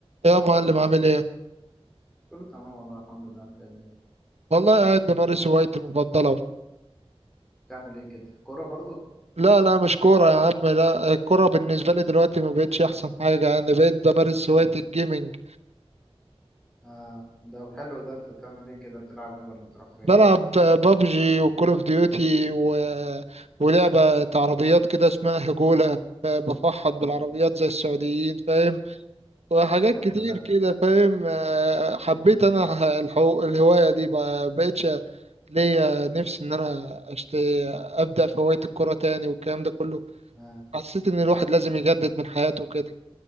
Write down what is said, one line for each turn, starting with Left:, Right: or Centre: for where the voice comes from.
Right: يا معلم عامل ايه؟
Centre: كله تمام والله الحمد لله انت إيه الدنيا
Right: والله قاعد بمارس هوايتي المفضلة أهو.
Centre: بتعمل ايه كده كورة برضو
Right: لا لا مش كورة يا عم لا الكورة بالنسبة لي دلوقتي ما بقتش أحسن حاجة يعني بقيت بمارس
Centre: <laughs>
Right: هواية الجيمنج
Centre: آه ده حلو ده انت بتعمل ايه كده بتلعب ايه ولا بتروح فين
Right: بلعب بابجي وكول اوف ديوتي و... ولعبة عربيات كده اسمها هجولة ب- بفحط بالعربيات
Centre: مم،
Right: زي السعوديين فاهم وحاجات
Centre: حلو
Right: كتير
Centre: ده
Right: كده فاهم آه، حبيت
Centre: مم.
Right: انا ح- الحو... الهواية دي ما بقتش ليا نفسي ان انا أشت... ابدأ في هواية الكورة تاني والكلام ده كله
Centre: آه.
Right: حسيت ان الواحد لازم يجدد من حياته كده